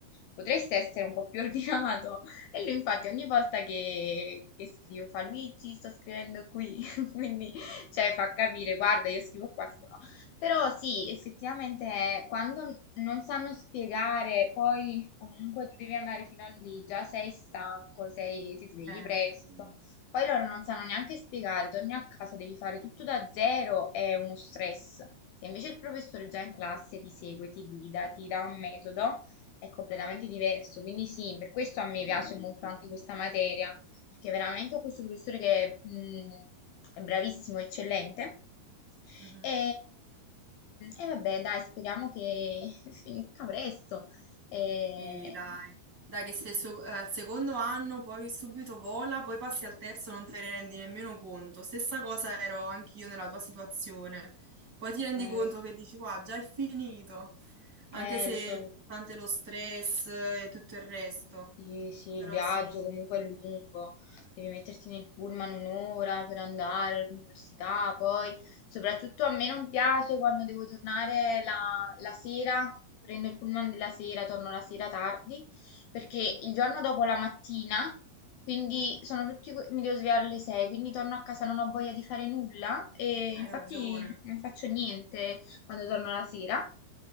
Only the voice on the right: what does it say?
Eh,
sì.
Mhm.
Sì, dai. Dai, che se so- eh, al secondo anno poi subito vola, poi passi al terzo, non te ne rendi nemmeno conto. Stessa cosa ero anch'io nella tua situazione. Poi ti rendi
conto
che dici, qua, già è finito. Anche
se
tante lo stress e tutto il resto.
Però
sì,
hai
ragione.